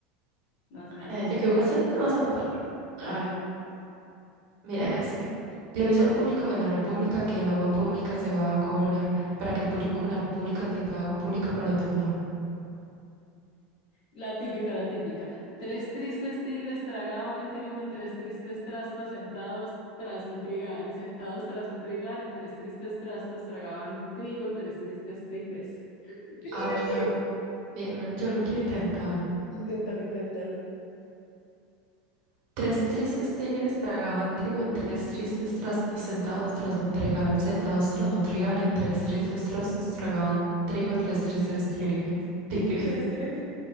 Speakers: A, on the left (about 60°); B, on the right (about 55°).
A: No es me...
B: Eh, te equivocaste más a la palabra. A ver. Mira este. Le aviso al público de la República que el agua pública se va a cobrar para que el público de la República tenga agua pública para tomar.
A: La típica, la típica. Tres tristes tigres tragaban trigo en tres tristes trastos sentados tras un trigal. Sentados tras un trigal en tres tristes trastos tragaban trigo tres tristes tigres. Bien.
B: A ver, yo, bien, yo lo quiero intentar.
A: Inténtalo, inténtalo.
B: Tres tristes tigres tragaban trigo en tres tristes trastos sentados tras un trigal. Sentados tras un trigal en tres tristes trastos tragaban trigo tres tristes trigues- tigres.
A: <laughs> Tres
B: <laughs>
A: tristes.